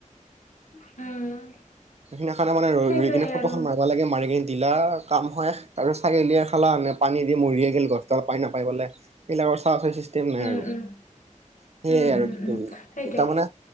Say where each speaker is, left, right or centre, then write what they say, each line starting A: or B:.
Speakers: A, on the left; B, on the right.
A: উম।
B: সেই সিনা খানে মানে
A: সেইটোৱে
B: ৰই কিনে ফটোখন
A: আৰু
B: মাৰিব লাগে মাৰি কিনে। লা কাম হয় তাৰপিছ ছাগলীয়ে খালা মে পানী দি মৰিয়ে গ' গছডাল পানী নাপাই পলৈ সিলা। চাফে চিষ্টেম নাই
A: উম
B: আৰু।
A: উম
B: সেইয়াই
A: উম,
B: আৰু
A: উম,
B: কি
A: উম,
B: কৰি
A: সেইটোৱে।
B: এ তাৰ মানে